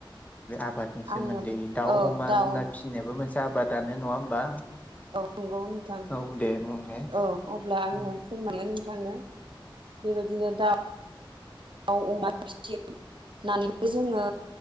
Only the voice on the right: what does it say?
आङो
औ
दाउ
औ नंगौ नोंथां
औ अब्ला आङो
फोरमनो थाङो बेबायदिनो दाउ दाउ अमा फिसिनानैबो जोङो